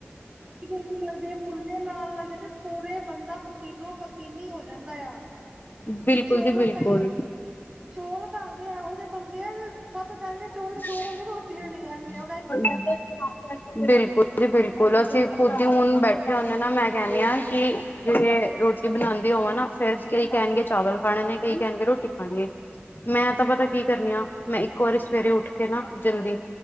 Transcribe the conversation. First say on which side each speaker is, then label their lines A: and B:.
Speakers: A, on the right (about 25°); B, on the left (about 50°).
A: ਬੜੀ ਗਰਮੀ ਲੱਗਦੀ ਆ ਫੁਲਕੇ ਲਾਲ ਲੱਗੇ ਤੇ ਪੂਰਾ ਬੰਦਾ ਪਸੀਨੋ ਪਸੀਨੀ ਹੋ ਜਾਂਦਾ ਆ।
B: <inaudible>
A: ਚੋਲ
B: ਜੀ ਬਿਲਕੁਲ
A: ਕਈ, ਚੋਲ ਘਰ ਦੇ ਇਹੋ ਜੇ ਬੰਦੇ ਆ, ਸਭ ਕਹਿਣਗੇ
B: <inaudible>
A: ਮੈ ਰੋਟੀਆ ਨੀ ਖਾਣੀਆ।
B: <unintelligible> ਬਿਲਕੁਲ। ਬਿਲਕੁਲ, ਅਸੀਂ ਖੁਦ ਹੀ ਹੁਣ ਬੈਠੇ ਹੁੰਦੇ ਆ ਨਾ, ਮੈਂ ਕਹਿਣੀ ਆ ਕਿ ਜਿਵੇਂ ਰੋਟੀ ਬਣਾਉਂਦੀ ਹੋਵਾਂ ਨਾ ਫੇਰ ਕਈ ਕਹਿਣਗੇ ਚਾਵਲ ਖਾਣੇ ਨੇ, ਕਈ ਕਹਿਣਗੇ ਰੋਟੀ ਖਾਣੀ ਏ, ਮੈਂ ਤਾਂ ਪਤਾ ਕੀ ਕਰਨੀ ਆ ਮੈਂ ਇੱਕ ਵਾਰੀ ਸਵੇਰੇ ਉੱਠ ਕੇ ਨਾ ਜਲਦੀ